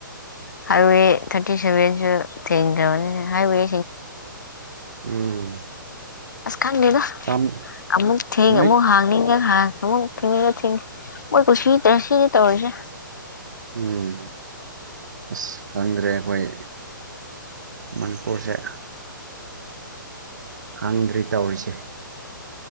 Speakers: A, on the left; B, on the right.
A: ꯍꯥꯏꯋꯦ ꯊꯥꯔꯇꯤ ꯁꯦꯚꯦꯟꯁꯨ ꯊꯦꯡꯈ꯭ꯔꯕꯅꯦ ꯍꯥꯏꯋꯦ
B: ꯎꯝ
A: ꯑꯁ ꯈꯪꯅꯤꯗ
B: ꯇꯝ
A: ꯑꯃꯨꯛ ꯊꯦꯡ
B: ꯅꯣꯏ
A: ꯑꯃꯨꯛ ꯍꯥꯡꯅꯤ ꯍꯥꯡ ꯑꯃꯛ ꯊꯤꯉꯒ ꯊꯤꯡ ꯁꯤ ꯇ ꯁꯤ ꯅ ꯇꯔꯁ
B: ꯎꯝ ꯑꯁ ꯈꯪꯗ꯭ꯔꯦ ꯑꯩꯈꯣꯏ ꯃꯅꯤꯄꯨꯔꯁꯦ ꯍꯡꯗ꯭ꯔꯤ ꯇꯧꯔꯤꯁꯦ